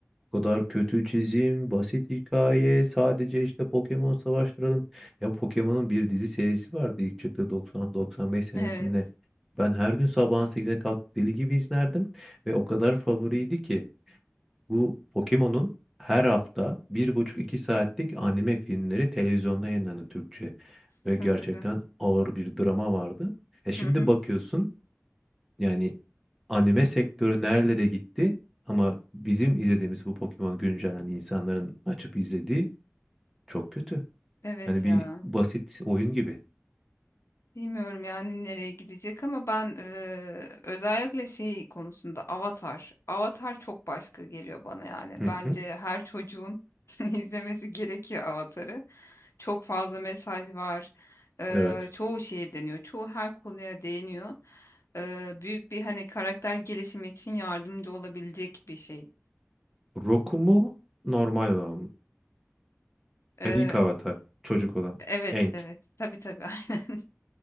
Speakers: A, in the centre; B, on the left.
A: o kadar kötü çizim, basit hikaye, sadece işte Pokemon savaştıralım. Ya Pokemon'un bir dizi serisi vardı ilk çıktığı 90-95 senesi
B: Evet.
A: mi ne? Ben her gün sabahın sekize kalkıp deli gibi izlerdim ve o kadar favoriydi ki. Bu Pokemon'un her hafta bir buçuk iki saatlik anime filmleri televizyonda yayınlandı Türkçe. Ve
B: Çok
A: gerçekten
B: güzel.
A: ağır bir drama vardı. E şimdi
B: Hı hı.
A: bakıyorsun yani anime sektörü nerelere gitti ama bizim izlediğimiz bu Pokemon güncelen insanların açıp izlediği çok kötü.
B: Evet
A: Yani bir
B: ya.
A: basit oyun gibi.
B: Bilmiyorum yani nereye gidecek ama ben eee, özellikle şey konusunda Avatar. Avatar çok başka geliyor bana yani. Bence
A: Hı hı.
B: her çocuğun <laughs> izlemesi gerekiyor Avatar'ı. Çok fazla mesaj var. Eee,
A: Evet.
B: çoğu şeye deniyor. Çoğu her konuya değiniyor. Eee, büyük bir hani karakter gelişimi için yardımcı olabilecek bir şey.
A: Roku mu normal olan mı?
B: Eee,
A: Yani ilk avatar çocuk olan.
B: evet
A: Aang.
B: evet tabii tabii <laughs> aynen.